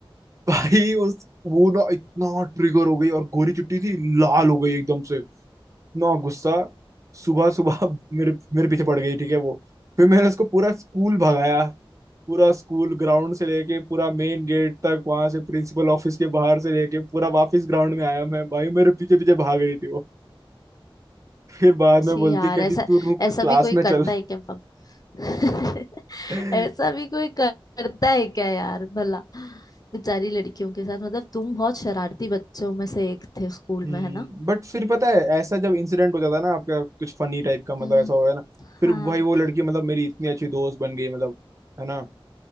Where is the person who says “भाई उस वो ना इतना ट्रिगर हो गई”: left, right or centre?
Right